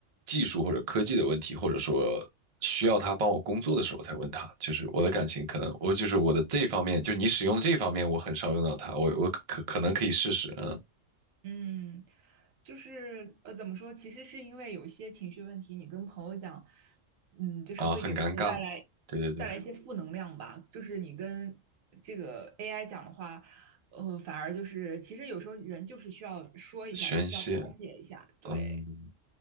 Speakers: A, on the right; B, on the right.
A: 技术或者科技的问题，或者说需要他帮我工作的时候才问他。就是我的感情可能我就是我的这方面，就你使用的这方面，我很少用到它，我我可可可能可以试试，嗯
B: 嗯，就是呃，怎么说？其实是因为有一些情绪问题，你跟朋友讲，嗯，就是会给朋友带来
A: 啊，很尴尬，对对对，
B: 带来一些负能量吧。就是你跟这个 AI 讲的话，呃，反而就是其实有时候人就是需要说一下，
A: 宣泄，
B: 就需要发泄一下，对。
A: 嗯